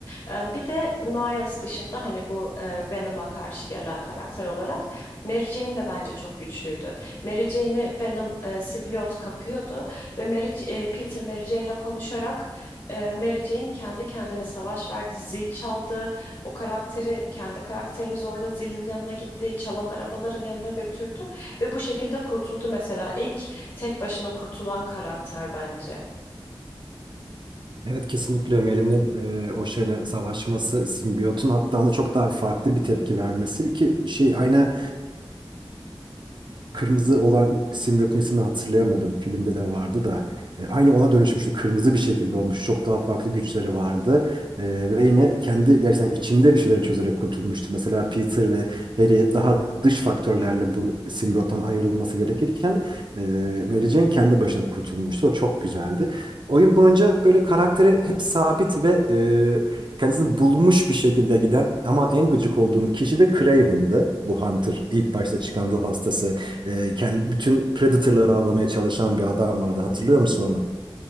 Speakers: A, on the left (about 50°); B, on the right (about 55°).
A: Ee, bir de Miles dışında hani bu e, Venom'a karşı gelen karakter olarak Mary Jane de bence çok güçlüydü. Mary Jane'i Venom e, simbiyot kapıyordu ve Mary, e, Peter Mary Jane'le konuşarak e, Mary Jane kendi kendine savaş verdi, zil çaldı. O karakteri kendi karakterini zorla zilin yanına gitti, çalan arabaların yanına götürdü ve bu şekilde kurtuldu mesela. İlk tek başına kurtulan karakter bence.
B: Evet kesinlikle Ömer'in e, o şeyle savaşması, simbiyotun hatta ona çok daha farklı bir tepki vermesi ki şey aynı kırmızı olan simbiyotun ismini hatırlayamadım. Filmde de vardı da. E, aynı ona dönüşmüştü. Kırmızı bir şekilde olmuş. Çok daha farklı güçleri vardı. E, ve yine kendi gerçekten içinde bir şeyleri çözerek kurtulmuştu. Mesela Peter ve Harry daha dış faktörlerle bu simbiyottan ayrılması gerekirken e, Mary Jane kendi başına kurtulmuştu. O çok güzeldi. Oyun boyunca böyle karakteri hep sabit ve e, kendisini bulmuş bir şekilde giden ama en gıcık olduğum kişi de Craven'dı. Bu Hunter ilk başta çıkan ruh hastası e, kendi, bütün Predator'ları avlamaya çalışan bir adam vardı. Hatırlıyor musun onu?